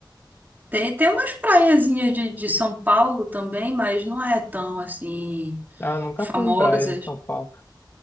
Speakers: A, on the right; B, on the left.
A: Tem, tem umas praiazinhas de, de São Paulo também, mas não é tão assim
B: Ah, nunca
A: famosas.
B: fui em praia em São Paulo.